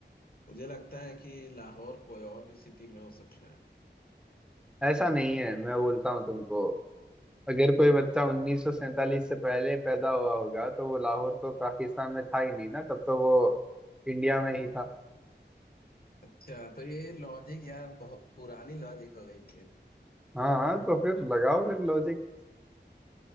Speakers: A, on the left; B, in the centre.
A: मुझे लगता है कि लाहौर कोई और भी सिटी में हो सकता है
B: ऐसा नहीं है मैं बोलता हूँ तुमको अगर कोई बच्चा 1947 से पहले पैदा हुआ होगा तो वो लाहौर तो पाकिस्तान में था ही नहीं ना तब तो वो इंडिया में ही था
A: अच्छा तो ये लॉजिक यार बहुत पुरानी लॉजिक हो गई फिर
B: हाँ तो फिर लगाओ फिर लॉजिक